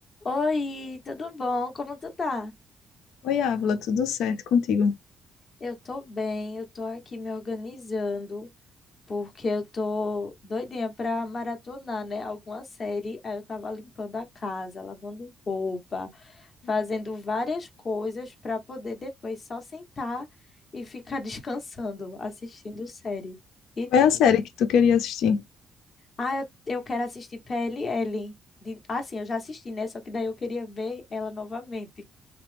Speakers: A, on the left; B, on the left.
A: Oi, tudo bom? Como tu tá?
B: Oi, Ávila, tudo certo contigo?
A: Eu tô bem, eu tô aqui me organizando, porque eu tô doidinha pra maratonar, né? Alguma série. Aí eu tava limpando a casa, lavando roupa, fazendo várias coisas pra poder depois só sentar e ficar <laughs> descansando, assistindo série. E
B: Qual
A: tu?
B: é a série que tu queria assistir?
A: Ah, eu, eu quero assistir PLL. De... Ah, sim, eu já assisti, né? Só que daí eu queria ver ela novamente.